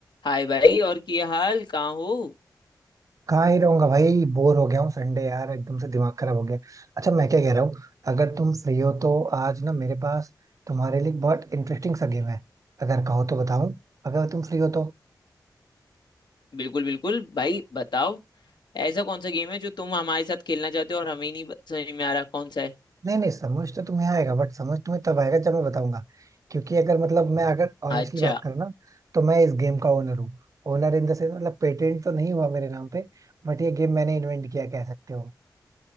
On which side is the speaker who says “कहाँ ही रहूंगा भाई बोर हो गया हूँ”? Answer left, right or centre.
Right